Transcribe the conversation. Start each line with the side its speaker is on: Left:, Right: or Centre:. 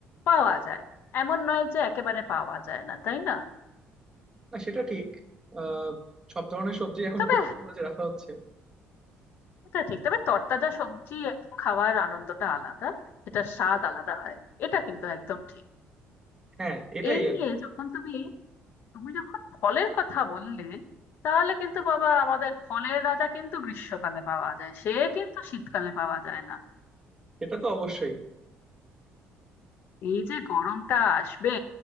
Left: পাওয়া যায় এমন নয় যে একেবারে পাওয়া যায় না তাই না
Right: না সেটা ঠিক আহ সব ধরনের সবজি এখন
Left: তবে
Right: কোল্ড স্টোরেজে রাখা হচ্ছে
Left: এটা ঠিক তবে তরতাজা সবজি একটু খাওয়ার আনন্দটা আলাদা সেটার স্বাদ আলাদা হয় এটা কিন্তু একদম ঠিক
Right: হ্যাঁ এটাই
Left: এই
Right: আর
Left: নিয়ে
Right: কি।
Left: যখন তুমি তুমি যখন ফলের কথা বললে তাহলে কিন্তু বাবা আমাদের ফলের রাজা কিন্তু গ্রীষ্মকালে পাওয়া যায় সে কিন্তু শীতকালে পাওয়া যায় না
Right: এটা তো অবশ্যই
Left: এই যে গরমটা আসবে